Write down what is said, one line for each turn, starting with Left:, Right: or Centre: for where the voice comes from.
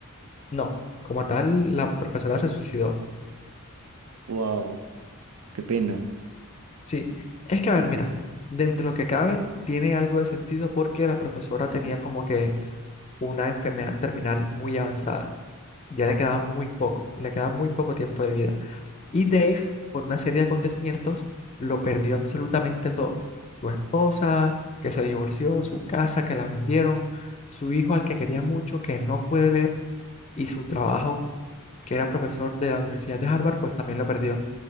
Left: No, como tal, la profesora se suicidó.
Right: Wow, qué pena.
Left: Sí, es que a ver, mira, dentro de lo que cabe, tiene algo de sentido porque la profesora tenía como que una enfermedad terminal muy avanzada. Ya le quedaba muy poco, le quedaba muy poco tiempo de vida. Y Dave, por una serie de acontecimientos, lo perdió absolutamente todo. Su esposa, que se divorció, su casa, que la vendieron, su hijo al que quería mucho, que no puede ver, y su trabajo, que era profesor de la Universidad de Harvard, pues también lo perdió.